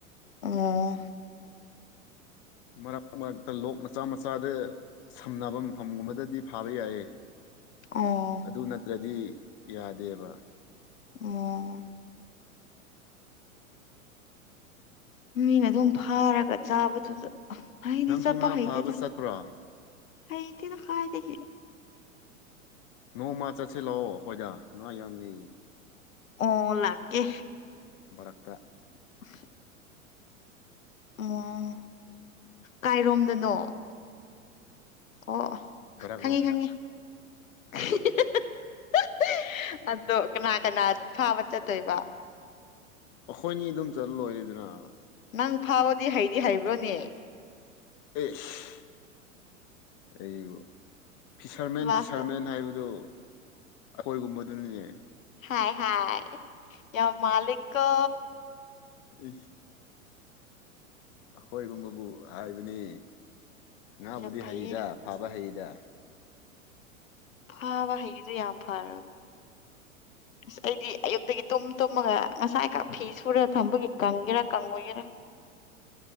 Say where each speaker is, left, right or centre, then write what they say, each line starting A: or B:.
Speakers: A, on the left; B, on the left.
A: ꯑꯣ
B: ꯃꯔꯛ ꯃꯔꯛꯇ ꯂꯣꯛ ꯃꯆꯥ ꯃꯆꯥꯗ ꯁꯝꯅꯕ ꯃꯐꯝꯒꯨꯝꯕꯗꯗꯤ ꯐꯥꯕ ꯌꯥꯏꯌꯦ
A: ꯑꯣ
B: ꯑꯗꯨ ꯅꯠꯇ꯭ꯔꯗꯤ ꯌꯥꯗꯦꯕ
A: ꯑꯣ ꯃꯤꯅ ꯑꯗꯨꯝ ꯐꯥꯔꯒ ꯆꯥꯕꯗꯨꯗ ꯍꯩꯗꯤ
B: ꯅꯪꯁꯨ
A: ꯆꯠꯄ
B: ꯉꯥ
A: ꯍꯩꯇꯦꯗ
B: ꯐꯥꯕ ꯆꯠꯄ꯭ꯔꯣ
A: ꯍꯩꯇꯦꯗ ꯀꯔꯥꯏꯗꯒꯤ
B: ꯅꯣꯡꯃ ꯆꯠꯁꯤꯂꯥꯛꯑꯣ ꯑꯩꯈꯣꯏꯗ ꯉꯥ ꯌꯥꯝ ꯂꯩꯌꯦ
A: ꯑꯣ ꯂꯥꯛꯀꯦ
B: ꯃꯔꯛꯇ
A: <unintelligible> ꯑꯣ ꯀꯥꯏꯔꯣꯝꯗꯅꯣ ꯀꯣ
B: ꯕꯔꯛꯔꯣꯝꯗ
A: ꯈꯪꯉꯦ ꯈꯪꯉꯦ <unintelligible> ꯑꯗꯣ ꯀꯅꯥ ꯀꯅꯥ ꯐꯥꯕ ꯆꯠꯇꯣꯏꯕ
B: ꯑꯈꯣꯏꯅꯤ ꯑꯗꯨꯝ ꯆꯠꯂ ꯂꯣꯏꯔꯦꯗꯅ
A: ꯅꯪ ꯐꯥꯕꯗꯤ ꯍꯩꯗꯤ ꯍꯩꯕ꯭ꯔꯣꯅꯦ
B: ꯑꯦꯁ ꯑꯩꯕꯨ ꯐꯤꯁꯔꯃꯦꯟ
A: ꯂꯥꯁꯇ
B: ꯐꯤꯁꯔꯃꯦꯟ ꯍꯥꯏꯕꯗꯨ ꯑꯩꯈꯣꯏꯒꯨꯝꯕꯗꯨꯅꯤꯅꯦ
A: ꯍꯥꯏ ꯍꯥꯏ ꯌꯥꯝ ꯃꯥꯜꯂꯤꯀꯣ
B: ꯏ ꯑꯈꯣꯏꯒꯨꯝꯕꯕꯨ ꯍꯥꯏꯕꯅꯤ ꯉꯥꯕꯨꯗꯤ
A: ꯌꯥꯝ ꯐꯩꯌꯦ
B: ꯍꯩꯗ ꯐꯥꯕ ꯍꯩꯗ
A: ꯐꯥꯕ ꯍꯩꯒꯤꯗꯨ ꯌꯥꯝ ꯐꯥꯔꯝ
B: <inaudible>
A: ꯑꯁ ꯑꯩꯗꯤ ꯑꯌꯨꯛꯇꯒꯤ ꯇꯨꯝ ꯇꯨꯝꯃꯒ ꯉꯁꯥꯏ ꯈꯛ ꯐꯤ ꯁꯨꯔꯒ ꯊꯝꯕꯒꯤ ꯀꯪꯒꯦꯔꯥ ꯀꯪꯉꯣꯏꯒꯦꯔꯥ